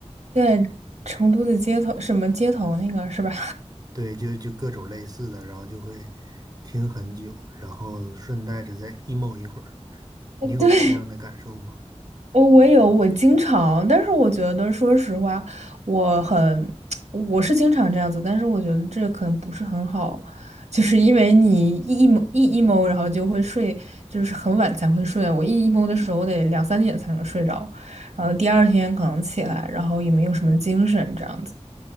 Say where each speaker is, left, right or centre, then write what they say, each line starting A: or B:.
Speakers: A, on the right; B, on the right.
A: 对，成都的街头，什么街头那个是吧？
B: 对，就就各种类似的，然后就会听很久，然后顺带着再 emo 一会儿。你有这样的感受吗？
A: <laughs> 对，哦，我也有，我经常，但是我觉得，说实话，我很，<tsk> 我是经常这样子，但是我觉得这可能不是很好，就是因为你一 e m 一 emo，然后就会睡，就是很晚才会睡。我一 emo 的时候，我得两三点才能睡着，然后第二天可能起来，然后也没有什么精神这样子。